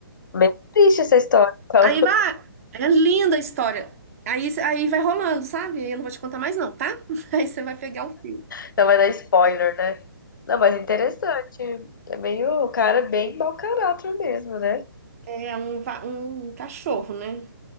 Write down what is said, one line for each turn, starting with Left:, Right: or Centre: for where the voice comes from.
Left: bem triste essa história, então.
Right: Aí vai, é linda a história. Aí, aí vai rolando, sabe? Aí eu não vou te contar mais não, tá? <laughs> Aí você vai pegar o fio.
Left: Então vai dar spoiler, né? Não, mas interessante. É meio, o cara é bem mau caráter mesmo, né?
Right: É um, va- um cachorro, né?